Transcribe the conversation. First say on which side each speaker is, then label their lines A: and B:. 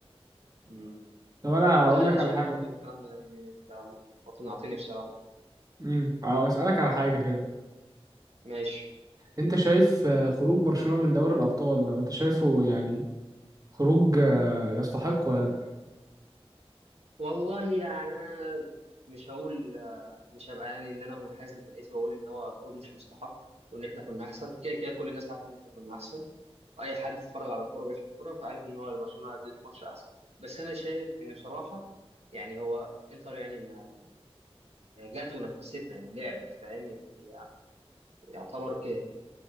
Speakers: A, on the right; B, on the right.
A: امم
B: طب أنا
A: والله
B: هقول
A: انا
B: لك
A: شايف
B: على حاجة
A: برضه الكلام ده يعني انت اقنعتني بصراحة
B: امم أسألك على حاجة كده
A: ماشي
B: أنت شايف آه، خروج برشلونة من دوري الأبطال لو أنت شايفه يعني خروج آه، يستحق ولا لأ
A: والله يعني انا مش هقول مش هبقى يعني ان انا منحاز لفرقتي واقول ان هو خروج مش مستحق وان احنا كنا احسن كده كده كل الناس عارفه ان احنا كنا احسن اي حد اتفرج على كوره وبيفهم كوره فعارف ان هو برشلونه قدمت ماتش احسن بس انا شايف ان بصراحه يعني هو انتر يعني ما جت ونفستنا انه لعبت فاهم يعني هي يعتبر ك-